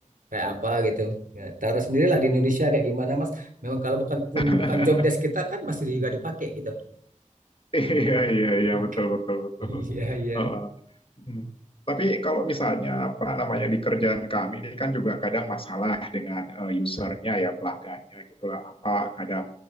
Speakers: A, on the right; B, on the left.
A: kayak apa gitu. Ya, taruh sendirilah di Indonesia kayak gimana, Mas. Memang kalau bukan pun
B: <laughs>
A: bukan job desk kita kan masih juga dipakai gitu.
B: Iya, iya, iya,
A: <laughs>
B: betul, betul, betul.
A: Iya, iya.
B: Heeh. Hmm. Tapi kalau misalnya apa namanya di kerjaan kami ini kan juga kadang masalah dengan eh, usernya ya pelanggannya gitulah apa kadang